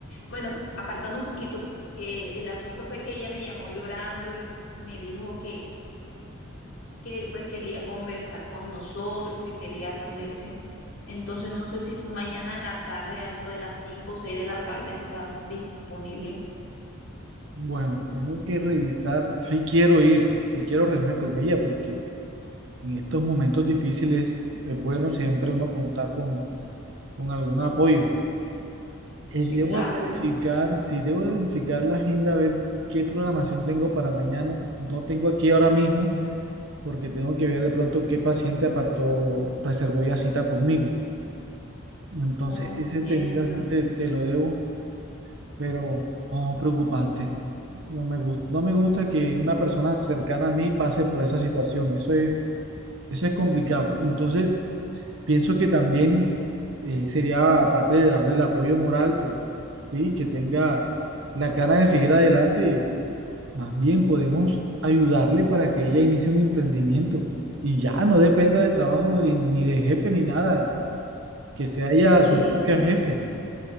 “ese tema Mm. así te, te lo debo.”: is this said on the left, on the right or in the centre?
Right